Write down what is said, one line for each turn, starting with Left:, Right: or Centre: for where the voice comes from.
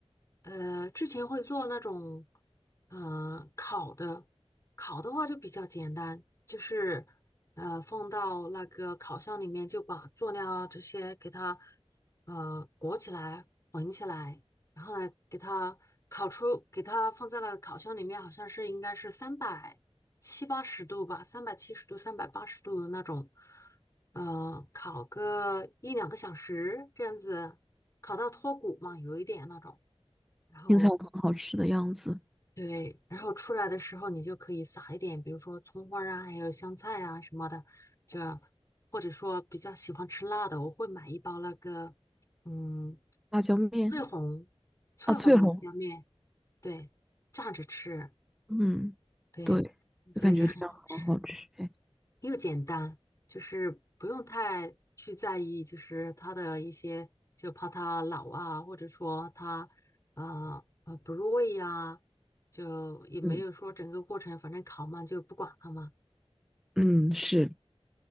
Left: 呃，之前会做那种，呃，烤的，烤的话就比较简单，就是呃放到那个烤箱里面，就把佐料啊这些给它呃裹起来，混起来。然后来给它烤出，给它放在了烤箱里面，好像是应该是三百七八十度吧，三百七十度、三百八十度的那种，呃，烤个一两个小时这样子，烤到脱骨嘛，有一点那种。然后
Centre: 听起来很好吃的样子。
Left: 对，然后出来的时候你就可以撒一点，比如说葱花儿啊，还有香菜啊什么的，就或者说比较喜欢吃辣的，我会买一包那个，嗯，
Centre: 辣椒面
Left: 翠红翠红的辣椒面。
Centre: 啊，翠红，
Left: 对，炸着吃，
Centre: 嗯，
Left: 对，
Centre: 对，
Left: 这也很好吃，
Centre: 就感觉这样好好吃哎。
Left: 又简单，就是不用太去在意，就是它的一些，就怕它老啊，或者说它呃呃不入味呀、就也没有说整个过程，
Centre: 嗯
Left: 反正烤嘛就不管它嘛。
Centre: 嗯，是，